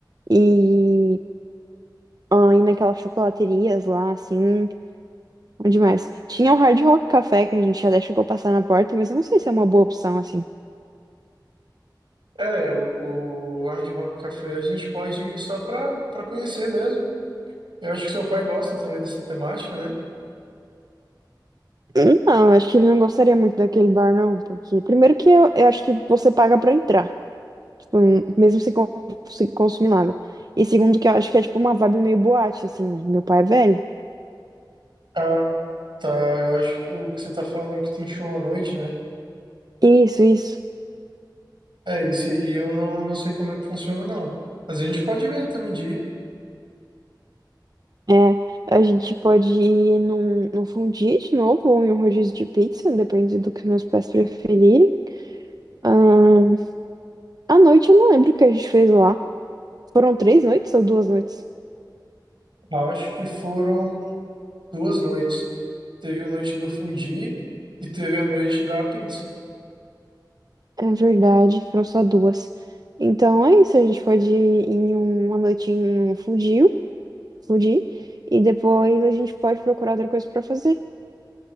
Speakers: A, on the right (about 55°); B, on the right (about 90°).
A: E ah, ir naquelas chocolaterias lá, assim. Bom demais. Tinha o Hard Rock Café que a gente já chegou a passar na porta, mas eu não sei se é uma boa opção, assim.
B: É, o, o Hard Rock Café a gente pode ir só para para conhecer mesmo. Eu acho que seu pai gosta também dessa temática, né?
A: Hum, Não, acho que ele não gostaria muito daquele bar, não, porque primeiro que eu, eu acho que você paga pra entrar, tipo, mesmo sem, con- sem consumir nada. E segundo que eu acho que é tipo uma vibe meio boate, assim, né? Meu pai é velho.
B: Ah, tá. Eu acho que o que você tá falando é que tem show à noite, né?
A: Isso, isso.
B: É, esse aí eu não, não sei como é que funciona, não. Mas a gente pode ver também de ir.
A: É, a gente pode ir num, num fondue de novo ou em um rodízio de pizza, depende do que meus pais preferirem. Ahn, à noite eu não lembro o que a gente fez lá. Foram três noites ou duas noites?
B: Eu Acho que foram duas noites. Teve a noite do fundi e teve a noite da pizza.
A: É verdade, foram só duas. Então é isso, a gente pode ir em uma noite em um fundiu, fundir, e depois a gente pode procurar outra coisa pra fazer.